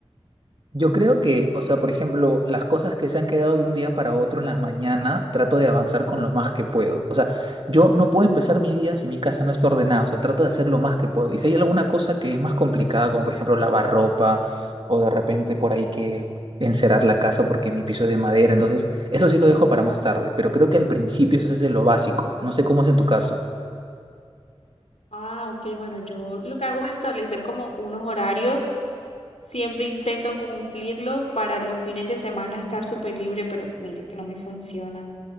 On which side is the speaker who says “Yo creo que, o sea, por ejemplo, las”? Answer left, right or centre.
Right